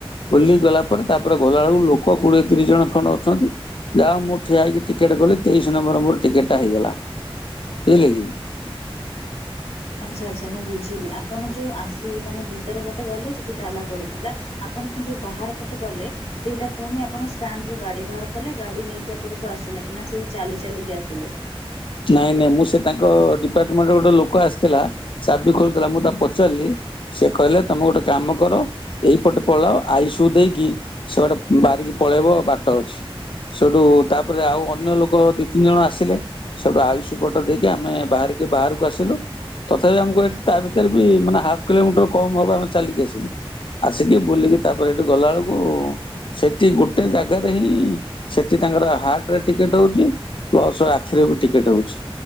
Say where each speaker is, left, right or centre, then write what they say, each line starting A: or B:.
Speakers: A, on the left; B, on the left.
A: ବୁଲିିକି ଗଲା ପରେ ତାପରେ ଗଲାବେଳକୁ ଲୋକ କୋଡିଏ ତିରିଶ ଜଣ ଖଣ୍ଡ ଅଛନ୍ତି। ଯାହା ହଉ ମୁଁ ଠିଆ ହେକି ଟିକେଟ କଲି ତେଇଶି ନମ୍ବର ମୋର ଟିକେଟ ଟା ହେଇଗଲା। ଏଇଲେ କି?
B: ଆଛା ଆଛା ମୁଁ ବୁଝିଲି ଆପଣ ଯେଉଁ ଆସି ମାନେ ଭିତର ପଟେ ଗଲେ ସେଇଠି ତାଲା ପଡ଼ିଥିଲା। ଆପଣ ଯୋଉ ବାହାର ପଟେ ଗଲେ। ସେଇଟା ପୁଣି ଆପଣ ଷ୍ଟାଣ୍ଡରୁ ଗାଡ଼ି ବାହାର କଲେ। ଗାଡ଼ି ନେଇକି ଏପଟକୁ ଆସିଲେ ନା ସେଇ ଚାଲି ଚାଲିକି ଆସିଲେ।
A: ନାଇଁ ନାଇଁ ମୁଁ ସେ ତାଙ୍କ ଡିପାର୍ଟମେଣ୍ଟ ଗୋଟେ ଲୋକ ଆସିଥିଲା। ଚାବି ଖୋଲୁଥିଲା। ମୁଁ ତାକୁ ପଚାରିଲି ସେଏ କହିଲେ ତମେ ଗୋଟେ କାମ କର। ଏଇପଟେ ପଳଅ ଆଇ ସୁ ଦେଇକି ସେପଟେ ବାହାରିକି ପଳେଇବ ବାଟ ଅଛି। ସେଠୁ ତାପରେ ଆଉ ଅନ୍ୟ ଲୋକ ଦି ତିନି ଜଣ ଆସିଲେ। ସେଠୁ ଆୟୁଷ ପଟ ଦେଇକି ଆମେ ବାହାରିକି ବାହାରକୁ ଆସିଲୁ। ତଥାପି ଆମ କୁ ତା ଭିତରେ ବି ମାନେ ହାଫ୍ କିଲୋମିଟର କମ ହବ ଆମେ ଚାଲିକି ଆସିଲୁ। ଆସିକି ବୁଲିକି ତାପରେ ଏଠି ଗଲା ବେଳକୁ। ସେଠି ଗୋଟେ ଜାଗାରେ ହିଁ ସେଠି ତାଙ୍କର ହାର୍ଟ ରେ ଟିକେଟ ହଉଛି ପ୍ଲସ ଆଖିରେ ବି ଟିକେଟ ହଉଛି